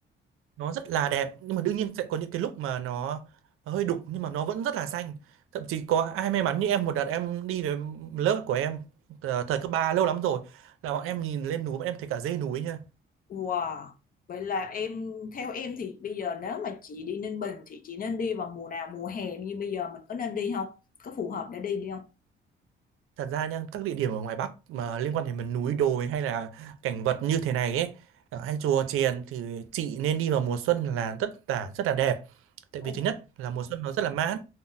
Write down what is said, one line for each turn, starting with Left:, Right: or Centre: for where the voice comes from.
Right: nó rất là đẹp nhưng mà đương nhiên sẽ có những cái lúc mà nó, nó hơi đục nhưng mà nó vẫn rất là xanh thậm chí có ai may mắn như em một đợt em đi về lớp của em ờ, thời cấp 3 lâu lắm rồi là bọn em nhìn lên núi bọn em thấy cả dê núi nha
Left: Wow. Vậy là em theo em thì bây giờ nếu mà chị đi Ninh Bình thì chị nên đi vào mùa nào mùa hè như bây giờ mình có nên đi không? Có phù hợp để đi đi không?
Right: Thật ra nha, các địa điểm ở ngoài Bắc mà liên quan đến miền núi đồi hay là cảnh vật như thế này ấy, ở hay chùa chiền thì chị nên đi vào mùa xuân là rất là rất là đẹp. Tại
Left: Ồ.
Right: vì thứ nhất là mùa xuân nó rất là mát.